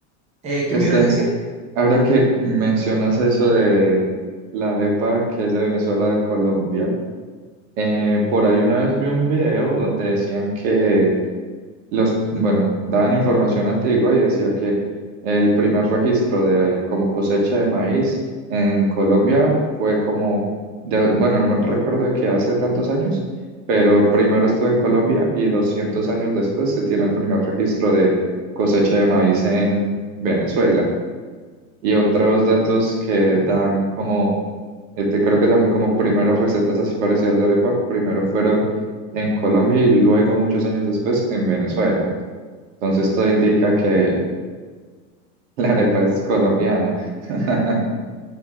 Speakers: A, on the right; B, on the right.
A: eh, ¿qué
B: Este,
A: me ibas a decir?
B: ahora que mencionas eso de la arepa que es de Venezuela, de Colombia, eh, por ahí una vez vi un video donde decían que los, bueno, daban información antigua y decía que el primer registro de como cosecha de maíz en Colombia fue como, de, bueno, no me recuerdo de qué hace tantos años, pero primero estuvo en Colombia y 200 años después se tiene el primer registro de cosecha de maíz en Venezuela y otros datos que dan como, eh, te- creo que también como primeras recetas así parecidas de arepa, primero fueron en Colombia y luego muchos años después en Venezuela. Entonces todo indica que <laughs> la arepa es colombiana. <laughs>